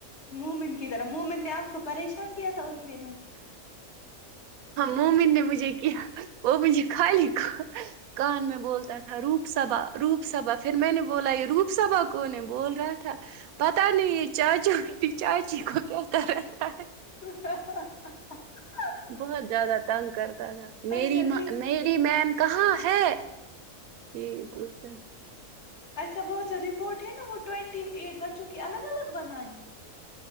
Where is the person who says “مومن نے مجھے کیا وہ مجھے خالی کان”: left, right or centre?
Right